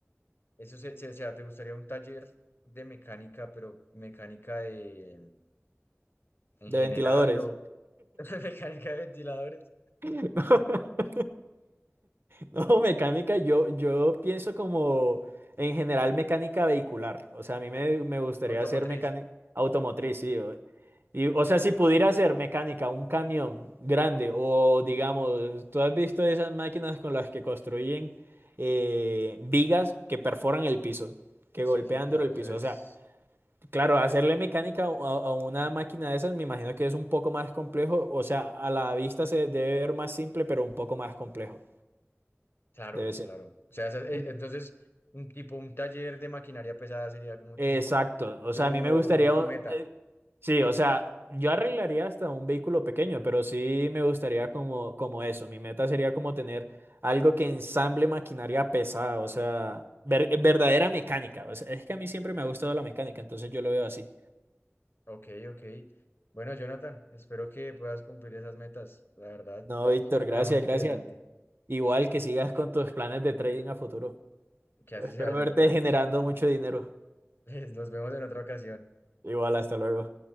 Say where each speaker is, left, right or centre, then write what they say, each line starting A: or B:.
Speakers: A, on the left; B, on the right.
A: eso se, se- o sea, ¿te gustaría un taller de mecánica, pero mecánica de en
B: de
A: general
B: ventiladores.
A: <laughs> Mecánica de ventiladores.
B: <laughs> No, mecánica, yo, yo pienso como en general mecánica vehicular. O sea, a mí me, me gustaría
A: Automotriz.
B: hacer mecánica automotriz, sí. O, y, o sea, si pudiera hacer mecánica, un camión grande o digamos, tú has visto esas máquinas con las que construyen eh, vigas que perforan el piso, que
A: Sí,
B: golpean
A: sí, claro,
B: duro el
A: eso
B: piso.
A: es.
B: O sea, Claro, hacerle mecánica a, a una máquina de esas me imagino que es un poco más complejo, o sea, a la vista se debe ver más simple, pero un poco más complejo,
A: Claro,
B: debe ser.
A: claro. O sea, esa- eh,
B: En-
A: entonces, un tipo, un taller de maquinaria pesada sería como tu,
B: Exacto, o sea,
A: tu,
B: a mí me gustaría,
A: tu
B: un-
A: meta.
B: eh, sí, o sea, yo arreglaría hasta un vehículo pequeño, pero sí me gustaría como, como eso, mi meta sería como tener algo que ensamble maquinaria pesada, o sea, ver- eh, verdadera mecánica, o sea, es que a mí siempre me ha gustado la mecánica, entonces yo lo veo así.
A: Ok, ok. Bueno, Jonathan, espero que puedas cumplir esas metas. La verdad,
B: No,
A: pues,
B: Víctor,
A: suena
B: gracias,
A: muy interesante.
B: gracias. Igual que sigas con tus planes de trading a futuro.
A: Que
B: Espero
A: así sea, Jonathan.
B: verte generando
A: Nos,
B: mucho dinero.
A: <laughs> nos vemos en otra ocasión.
B: Igual, hasta luego.